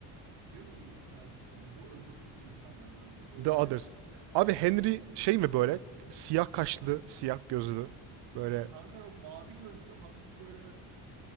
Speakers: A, on the right; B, on the right.
A: diyor ki Fransız kadın bu öbür insanlardan diyor öbürlerinden
B: The Others.
A: diyor.
B: Abi Henry şey mi böyle? Siyah kaşlı, siyah gözlü. Böyle.
A: Kanka yok mavi gözlü hafif böyle